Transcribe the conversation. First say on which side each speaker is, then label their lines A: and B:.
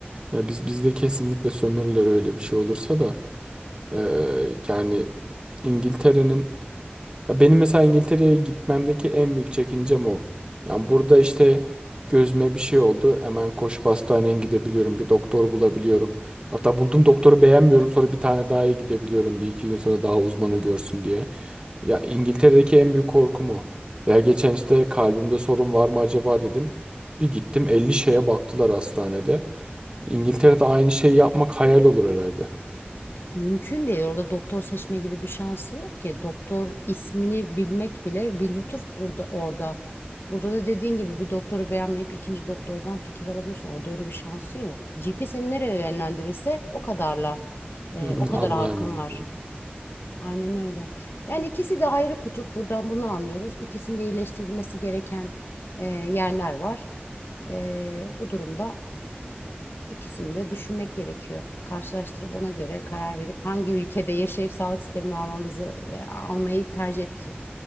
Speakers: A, on the right; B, on the left.
A: Ya biz bizde kesinlikle sömürürler öyle bir şey olursa da. Ee, yani İngiltere'nin ya benim mesela İngiltere'ye gitmemdeki en büyük çekincem o. Yani burada işte gözüme bir şey oldu. Hemen koşup hastaneye gidebiliyorum. Bir doktor bulabiliyorum. Hatta buldum doktoru beğenmiyorum. Sonra bir tane daha iyi gidebiliyorum. Bir iki gün sonra daha uzmanı görsün diye. Ya İngiltere'deki en büyük korkum o. Veya geçen işte kalbimde sorun var mı acaba dedim. Bir gittim 50 şeye baktılar hastanede. İngiltere'de aynı şeyi yapmak hayal olur herhalde.
B: Mümkün değil. Orada doktor seçme gibi bir şansı yok ki. Doktor ismini bilmek bile bir lütuf burada orada. Burada da dediğin gibi bir doktoru beğenmeyip ikinci doktordan fikir alabiliyorsun. Orada öyle bir şansın yok. GP seni nereye yönlendirirse o kadarla e,
A: Hı hı,
B: o
A: Evet.
B: kadar
A: Allah'a
B: hakkın
A: emanet.
B: var. Aynen öyle. Yani ikisi de ayrı kutup. Buradan bunu anlıyoruz. İkisinde iyileştirilmesi gereken e, yerler var. E, bu durumda İkisini de düşünmek gerekiyor. Karşılaştırıp ona göre karar verip hangi ülkede yaşayıp sağlık sistemini almamızı e, almayı tercih etmeyeceğim.